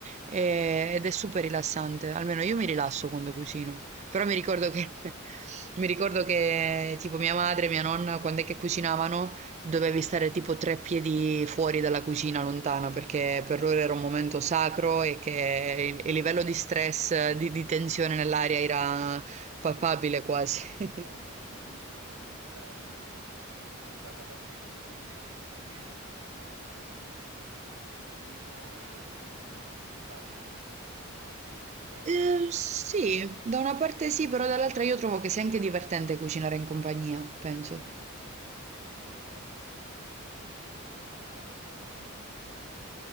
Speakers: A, on the right; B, on the right.
A: E- ed è super rilassante. Almeno io mi rilasso quando cucino. Però
B: Sì,
A: mi ricordo
B: sì.
A: che,
B: <laughs>
A: <laughs> mi ricordo che tipo mia madre e mia nonna, quando è che cucinavano, dovevi stare tipo tre piedi fuori dalla cucina, lontano, perché per loro era un momento sacro e che il, il livello di stress, di di tensione nell'aria era palpabile quasi.
B: Eh,
A: <laughs>
B: che ti capisco, eh, cioè, mh, ci vuole tanta pazienza, quindi meno persone hai in giro e è più facile gestirla, no? Poi hanno
A: Eh,
B: paura.
A: sì, da una parte sì, però dall'altra io trovo che sia anche divertente cucinare in compagnia, penso.
B: Sì, sì, sì, sì, assolutamente, però eh, capisco quello che hai detto perché anche mia nonna aveva paura che io magari